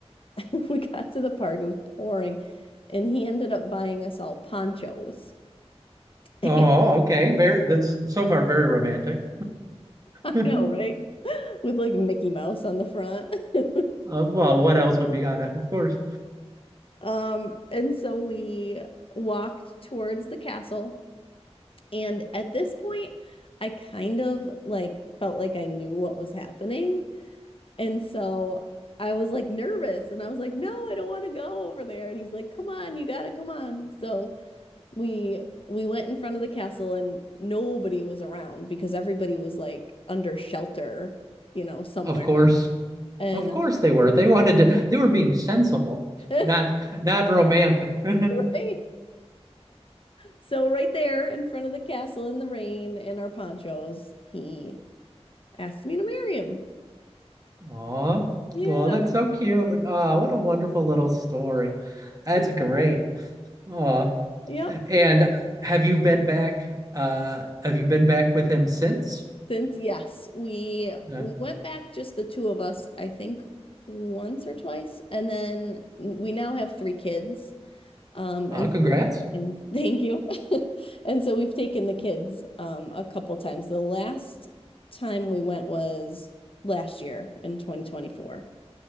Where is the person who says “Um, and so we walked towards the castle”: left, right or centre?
Left